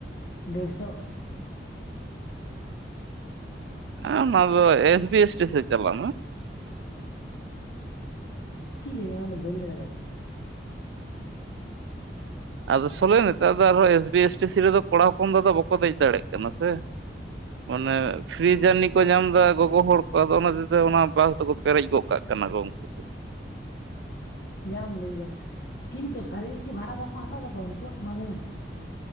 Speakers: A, on the left; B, on the right.
A: ᱰᱮᱲ ᱥᱚ᱾
B: ᱮ ᱚᱱᱟ ᱫᱚᱭ ᱮᱥ ᱵᱤ ᱮᱥ ᱴᱤ ᱥᱮ ᱪᱟᱞᱟᱜ ᱢᱮ᱾
A: ᱠᱤ ᱡᱟᱹᱱᱤ ᱚᱱᱟ ᱫᱚ ᱵᱟᱹᱧ ᱞᱟᱹᱭ ᱫᱟᱲᱮᱭᱟᱜ ᱠᱟᱱᱟ᱾
B: ᱟᱫᱚ ᱥᱚᱞᱮ ᱱᱮᱛᱟᱨ ᱫᱚ ᱟᱨᱦᱚᱸ S B S T seat ᱨᱮᱫᱚ ᱠᱚᱲᱟ ᱦᱚᱯᱚᱱ ᱫᱚ ᱵᱟᱠᱚ ᱫᱮᱡ ᱫᱟᱲᱮᱭᱟᱜ ᱠᱟᱱᱟ ᱥᱮ᱾ ᱢᱟᱱᱮ ᱯᱷᱨᱤ ᱡᱟᱨᱱᱤ ᱠᱚ ᱧᱟᱢ ᱮᱫᱟ ᱜᱚᱜᱚ ᱦᱚᱲ ᱠᱚ ᱟᱫᱚ ᱚᱱᱟ ᱦᱚᱛᱮ ᱛᱮ ᱚᱱᱟ ᱵᱟᱥ ᱫᱚᱠᱚ ᱯᱮᱨᱮᱡ ᱜᱚᱜᱠᱟ ᱠᱟᱱᱟ ᱠᱚ᱾
A: <inaudible>
B: ᱩᱱᱠᱩ
A: ᱡᱟᱢ ᱞᱟᱹᱭ ᱟᱠᱟᱫᱟ ᱠᱤᱱᱛᱩ ᱥᱟᱹᱨᱤ ᱜᱮᱠᱤ ᱵᱷᱟᱲᱟ ᱵᱟᱠᱚ ᱦᱟᱛᱟᱣ ᱠᱟᱫᱟ ᱩᱱᱠᱩᱣᱟᱜ ᱚᱱᱟ ᱞᱟᱹᱭ ᱢᱮᱥᱮᱜ?